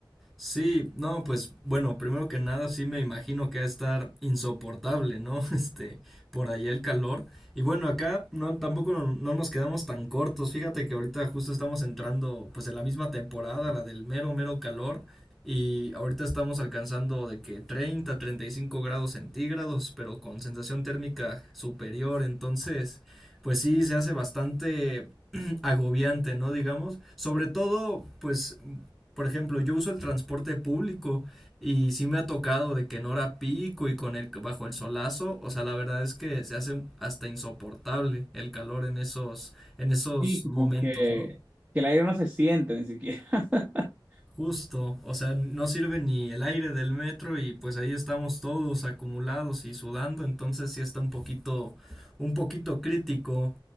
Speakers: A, in the centre; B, on the right.
A: Sí, no, pues bueno, primero que nada sí me imagino que va a estar insoportable, ¿no? <laughs> Este, por allá el calor. Y bueno, acá no, tampoco no, no nos quedamos tan cortos. Fíjate que ahorita justo estamos entrando pues en la misma temporada, la del mero, mero calor. Y ahorita estamos alcanzando de que treinta treinta y cinco grados centígrados, pero con sensación térmica superior. Entonces, pues sí, se hace bastante <clears throat> agobiante, ¿no? Digamos. Sobre todo, pues por ejemplo, yo uso el transporte público y sí me ha tocado de que en hora pico y con el bajo el solazo, o sea, la verdad es que se hace hasta insoportable el calor en esos en esos
B: sí
A: momentos,
B: como que,
A: ¿no?
B: que el aire no se siente ni siquiera. <laughs>
A: Justo, o sea, no sirve ni el aire del metro y pues ahí estamos todos acumulados y sudando, entonces sí está un poquito, un poquito crítico.